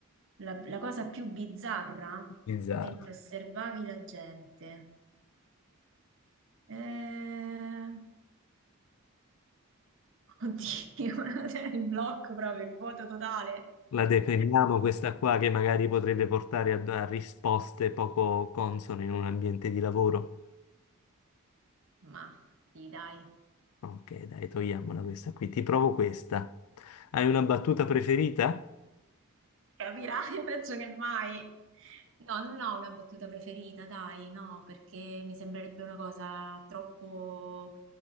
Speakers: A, on the right; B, on the left.
A: La, la cosa più bizzarra
B: Bizzarra.
A: mentre osservavi la gente. Eh, Oddio, <laughs> cioè, il blocco proprio, il vuoto totale.
B: La definiamo questa qua che magari potrebbe portare a, a risposte poco consone in un ambiente di lavoro?
A: Ma sì, dai,
B: Ok, dai, togliamola questa qui. Ti provo questa. Hai una battuta preferita?
A: capirai <laughs> peggio che mai. No, non ho una battuta preferita, dai, no, perché mi sembrerebbe una cosa troppo